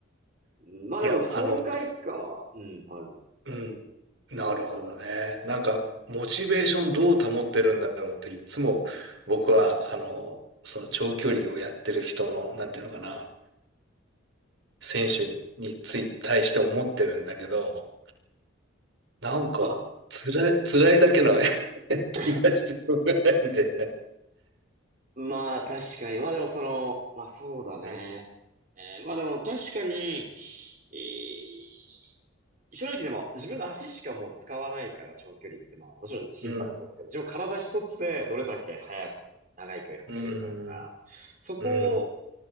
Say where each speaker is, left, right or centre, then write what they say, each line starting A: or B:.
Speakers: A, on the right (about 40°); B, on the right (about 60°).
A: うんまあでも爽快感は、
B: いや、あの、
A: うん、ある。
B: うん。なるほどね。なんか、モチベーションどう保ってるんだろうって、いつも僕は、あの、その長距離をやってる人の、なんていうのかな、選手につい、対して思ってるんだけど、なんか、
A: ま
B: 辛い、辛いだけの <laughs>
A: あ、
B: 気がしてしょうがないんでね。
A: <coughs> まあ確かに。まあでもその、まあそうだね。
B: うん、
A: えーまあでも確かに、えー正直でも自分の足しかもう使わないから長距離ってまあもちろん心配もそうだけど、
B: うん、
A: 自分体一つでどれだけ速く長い距離走れるかだから、
B: うん、
A: そこを、
B: うん、